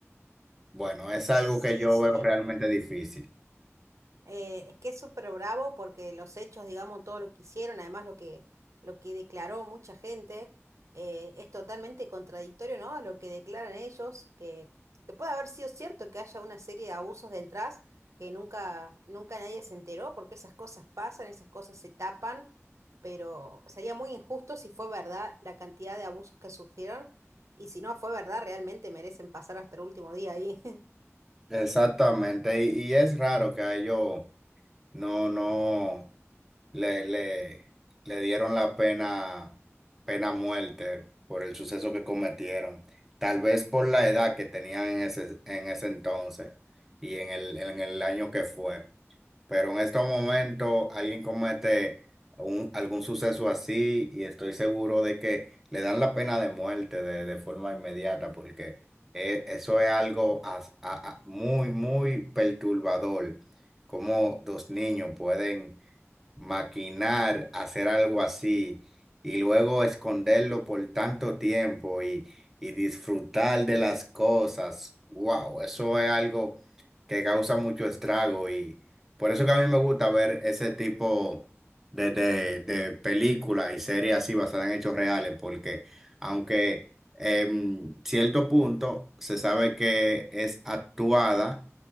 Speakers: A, in the centre; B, on the right.
A: bueno, es algo
B: Sí,
A: que yo
B: sí.
A: veo realmente difícil.
B: Eh, es que es súper bravo porque los hechos, digamos, todo lo que hicieron, además lo que, lo que declaró mucha gente, eh, es totalmente contradictorio, ¿no? A lo que declaran ellos, que, que puede haber sido cierto que haya una serie de abusos detrás que nunca, nunca nadie se enteró, porque esas cosas pasan, esas cosas se tapan, pero sería muy injusto si fue verdad la cantidad de abusos que sufrieron, y si no fue verdad, realmente merecen pasar hasta el último día ahí. <laughs>
A: Exactamente, y, y es raro que a ellos no, no le, le, le dieron la pena, pena muerte por el suceso que cometieron, tal vez por la edad que tenían en ese, en ese entonces y en el, en el año que fue. Pero en estos momentos alguien comete un- algún suceso así y estoy seguro de que le dan la pena de muerte de, de forma inmediata porque eh, eso es algo as- a- a- muy, muy perturbador, como dos niños pueden maquinar, hacer algo así y luego esconderlo por tanto tiempo y, y disfrutar de las cosas. Wow, eso es algo que causa mucho estrago y por eso que a mí me gusta ver ese tipo de, de, de películas y series así basadas en hechos reales porque aunque en cierto punto se sabe que es actuada,